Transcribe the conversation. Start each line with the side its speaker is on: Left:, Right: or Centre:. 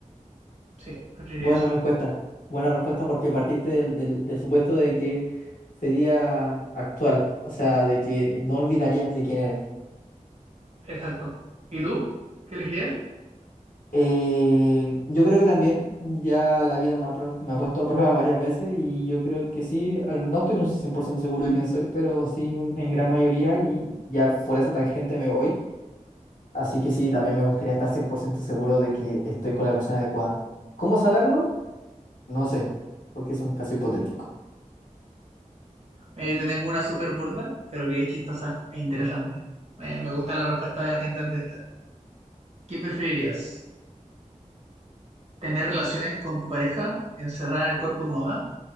Right: sí, preferiría
Left: Buena
Right: eso.
Left: respuesta. Buena respuesta porque partiste del, del, del supuesto de que sería actual, o sea, de que no olvidarías de quién eres.
Right: Exacto. ¿Y tú? ¿Qué elegirías?
Left: Eh, yo creo que también, ya la vida me ha, pro- me ha puesto a prueba varias veces y yo creo que sí, al- no estoy un 100% seguro de quién soy, pero sí un- en gran mayoría y ya por esa tangente me voy. Así que sí, también me gustaría estar 100% seguro de que estoy con la persona adecuada. ¿Cómo saberlo? No sé, porque es un caso hipotético.
Right: Mira, yo te tengo una súper burda, pero que es chistosa e interesante. Me, me gusta la respuesta de la gente ante esta. ¿Qué preferirías? ¿Tener relaciones con tu pareja encerrada en el cuerpo de tu mamá